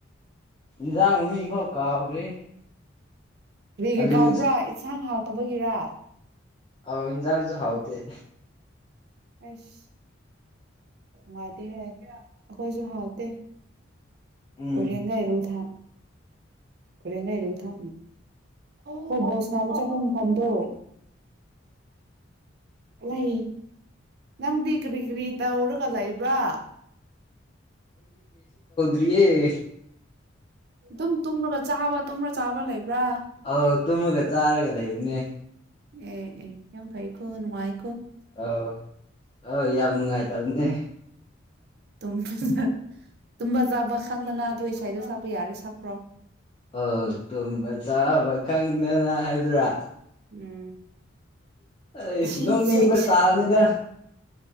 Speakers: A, on the left; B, on the right.
A: ꯏꯟꯖꯥꯡ ꯃꯃꯤꯡ ꯐꯥꯎ ꯀꯥꯎꯈ꯭ꯔꯦ
B: ꯒꯦ
A: ꯑꯂꯨ
B: ꯀꯥꯎꯕ꯭ꯔꯥ ꯏꯁꯥꯡ ꯍꯥꯥꯎ ꯇꯕꯒꯤꯔ
A: ꯑ ꯍꯟꯖꯥꯡꯁꯨ ꯍꯥꯎꯗ
B: ꯑꯁ ꯋꯥꯅꯨꯡꯉꯗꯤ ꯍꯥꯏ ꯑꯩꯈꯣꯏꯁꯨꯍꯠꯇ
A: ꯎꯝ
B: ꯀꯣꯔꯤꯉ ꯏꯔꯨ ꯊ ꯈꯣꯏꯔꯦꯟꯒꯥꯏꯔ ꯊ ꯍꯣ ꯕꯣꯁ ꯅꯥꯕꯨ ꯆꯠꯐꯝ ꯃꯐꯝꯗꯣ ꯂꯩ ꯅꯪꯗꯤ ꯀꯔꯤ ꯀꯔꯤ ꯇꯧꯔꯒ ꯂꯩꯕ꯭ꯔꯥ
A: ꯑꯌꯦ
B: ꯑꯗꯨꯝ ꯇꯨꯝ꯭ꯔꯒ ꯆꯥꯕ ꯇꯨꯝ꯭ꯔꯒ ꯆꯥꯕ ꯂꯩꯕ <unintelligible>
A: ꯑꯧ ꯇꯨꯝꯃꯒ ꯆꯥꯔꯒ ꯂꯩꯕꯅꯦ
B: ꯑꯦ ꯑꯦ ꯌꯥꯝ ꯐ ꯏ ꯈꯨꯣ ꯅꯨꯡꯉꯥꯏ
A: ꯑ ꯑ ꯌꯥꯝ ꯅꯨꯡꯉꯥꯏꯇꯕꯅꯦ
B: ꯇꯨꯝꯕ ꯇꯨꯝꯕ ꯆꯥꯕ ꯈꯪꯗꯅ ꯑꯗꯨꯗꯣ ꯏꯁꯗꯣ ꯁꯥꯕ ꯌꯥꯔꯦ ꯁꯥꯛꯄ꯭ꯔꯣ
A: ꯑꯣ ꯇꯨꯝꯕ ꯆꯥꯕ ꯈꯪꯗꯅ ꯍꯥꯏꯕꯗ꯭ꯔꯥ
B: ꯎꯝ
A: ꯑꯩ
B: ꯑꯁꯤꯒꯤꯁꯦ
A: ꯅꯣꯡꯅꯤꯡꯕꯁ
B: ꯏꯁ
A: ꯇꯥꯕꯅꯤꯗ